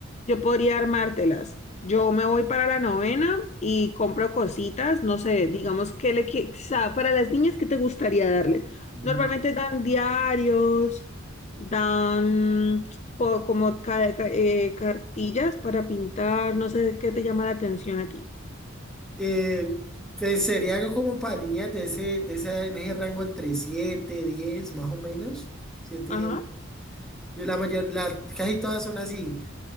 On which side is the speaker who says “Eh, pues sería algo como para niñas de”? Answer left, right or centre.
Centre